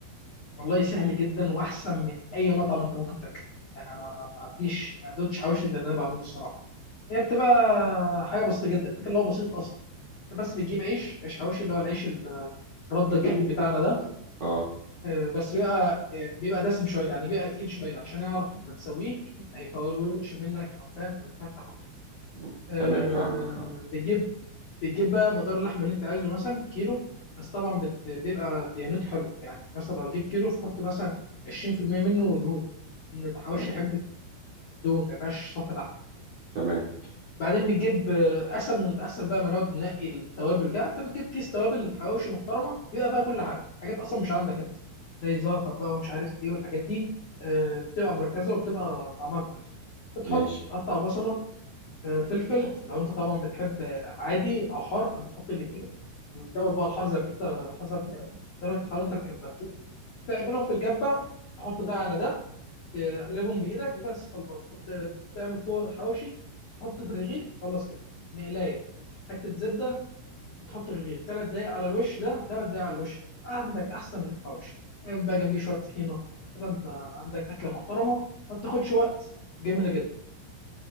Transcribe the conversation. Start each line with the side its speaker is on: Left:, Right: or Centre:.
Left: والله سهل جدا واحسن من اي مطعم انت ممكن تاكله يعني انا ما فيش ما دوتش حواوشي زي اللي انا بعمله الصراحه هي بتبقى حاجه بسيطه جدا الفكره اللي هو بسيط اصلا انت بس بتجيب عيش عيش حواوشي اللي هو العيش ال- الرده الجديد بتاعنا ده
Right: اه
Left: آه، بس بيبقى آه، بيبقى دسم شويه يعني بيبقى تقيل شويه عشان يعرف لما تسويه هيفولش منك او فاهم او يتفتح وكده
Right: م.
Left: آه،
Right: تمام فاهمك اه
Left: بتجيب بتجيب بقى مدار اللحمه اللي انت عايزه مثلا كيلو بس طبعا بت... بيبقى دهنته حلوه يعني مثلا لو هتجيب كيلو فحط مثلا 20% منه دهون ان الحواوشي
Right: تمام
Left: يحب الدهون ما يبقاش صافي لحم
Right: تمام
Left: بعدين بتجيب آه، اسهل من الاسهل بقى ما نقعد ننقي التوابل كده انت بتجيب كيس توابل حواوشي محترمه بيبقى فيها كل حاجه حاجات اصلا مش عندك انت زي زعتر بقى ومش عارف ايه والحاجات دي آه، بتبقى مركزه وبتبقى طعمها كويس بتحط
Right: ماشي
Left: تقطع بصله آه، فلفل لو انت طبعا بتحب آه، عادي او حار انا بحط الاثنين وتزود بقى الحار زي ما انت حسب درجه الحراره اللي انت بتحبها تعملهم في الكبه تحط ده على ده تقلبهم بايدك بس خلاص ت- تعمل كور حواوشي تحطه في الرغيف خلاص كده مقلايه حته زبده بتحط الرغيف ثلاث دقايق على الوش ده ثلاث دقايق على الوش ده عندك احسن رغيف حواوشي اعمل بقى جنبيه شويه طحينه كده انت عندك اكله محترمه ما بتاخدش وقت جميله جدا